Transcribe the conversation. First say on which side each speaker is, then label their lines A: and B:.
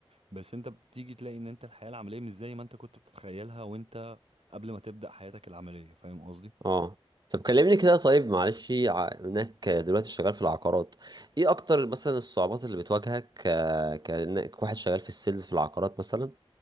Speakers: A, on the right; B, on the right.
A: بس انت بتيجي تلاقي ان انت الحياه العمليه مش زي ما انت كنت بتتخيلها وانت قبل ما تبدا حياتك العمليه فاهم قصدي
B: اه طب كلمني كده طيب معلش ع- انك دلوقتي شغال في العقارات ايه اكتر مثلا الصعوبات اللي بتواجهك ك... كانك واحد شغال في السيلز في العقارات مثلا